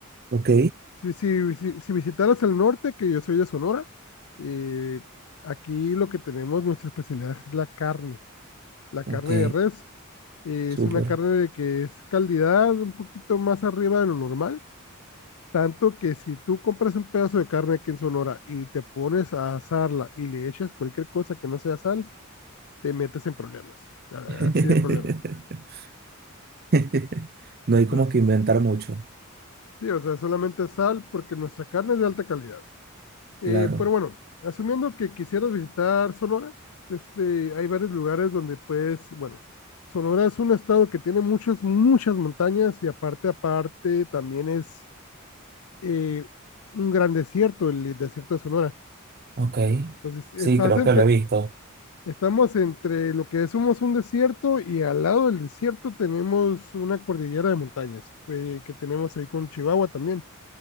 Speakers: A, on the right; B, on the left.
A: Ok.
B: Si, si, si, si visitaras el norte, que yo soy de Sonora, eh, aquí lo que tenemos, nuestra especialidad es la carne, la
A: Ok.
B: carne de res. Eh,
A: Súper.
B: es una carne de que es calidad un poquito más arriba de lo normal. Tanto que si tú compras un pedazo de carne aquí en Sonora y te pones a asarla y le echas cualquier cosa que no sea sal, te metes en problemas. a-
A: <laughs>
B: Así de problemas.
A: <laughs> No hay
B: Pero
A: como
B: sí,
A: que inventar mucho.
B: sí, o sea, solamente sal porque nuestra carne es de alta calidad. Eh,
A: Claro.
B: pero bueno, asumiendo que quisieras visitar Sonora, este, hay varios lugares donde puedes, bueno, Sonora es un estado que tiene muchas, muchas montañas y aparte, aparte, también es eh, un gran desierto, el desierto de Sonora.
A: Ok.
B: Entonces, estás
A: Sí, creo
B: entre,
A: que lo he visto.
B: estamos entre lo que somos un desierto y al lado del desierto tenemos una cordillera de montañas eh, que tenemos ahí con Chihuahua también.